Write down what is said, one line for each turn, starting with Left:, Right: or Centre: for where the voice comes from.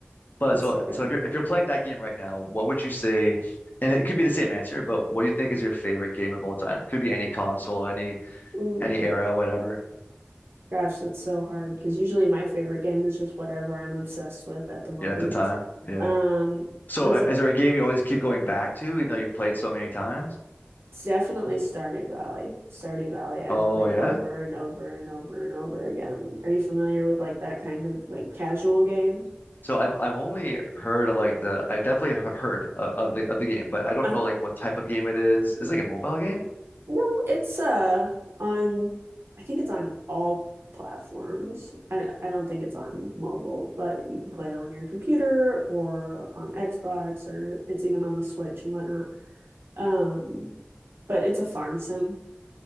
Left: But
Right: That's
Left: so
Right: a good.
Left: so if you're if you're playing that game right now, what would you say? And it could be the same answer, but what do you think is your favorite game of all time? Could be any console, any
Right: Ooh,
Left: any era, whatever.
Right: gosh, that's so hard because usually my favorite game is just whatever I'm obsessed with at the moment.
Left: Yeah, at the time. Yeah.
Right: Um,
Left: So
Right: I was
Left: uh,
Right: a
Left: is there a game you always keep going back to, even though you've played so many times?
Right: It's definitely Stardew Valley. Stardew Valley I've
Left: Oh
Right: played
Left: yeah.
Right: over and over and over and over again. Are you familiar with like that kind of like casual game?
Left: So I've I've only heard of like the I definitely have heard of, of the of the game, but I don't
Right: Uh,
Left: know like what type of game it is. Is it like a mobile game?
Right: no, it's uh on I think it's on all platforms. I I don't think it's on mobile, but you can play it on your computer or on Xbox or it's even on the Switch and whatnot. Um, but it's a farm sim.